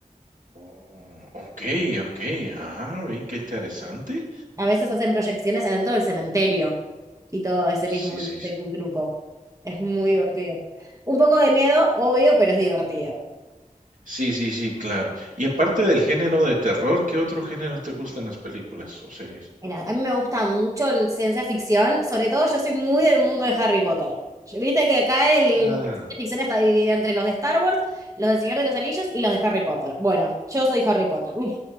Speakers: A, on the right; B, on the right.
A: Oh, ok, ok. Ah, ve, qué interesante.
B: A veces hacen proyecciones adentro del cementerio y todo ese mismo,
A: Sí, sí,
B: ese
A: sí.
B: mismo grupo. Es muy divertido. Un poco de miedo, obvio, pero es divertido.
A: Sí, sí, sí, claro. Y aparte del género de terror, ¿qué otro género te gustan las películas o series?
B: Mira, a mí me gusta mucho el ciencia ficción, sobre todo yo soy muy del mundo de Harry Potter. Yo- Viste que acá el
A: Ah.
B: mundo ciencia ficción está dividido entre los de Star Wars, los del Señor de los Anillos y los de Harry Potter. Bueno, yo soy Harry Potter. Uf.